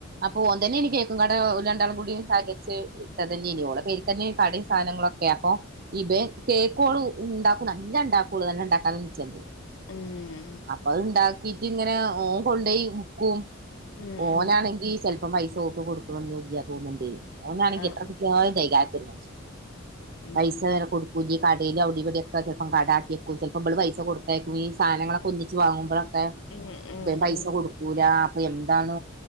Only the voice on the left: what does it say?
ഉം
ഉം
ഉം
ആഹ്
ഉം
ഉം ഉം
ഉം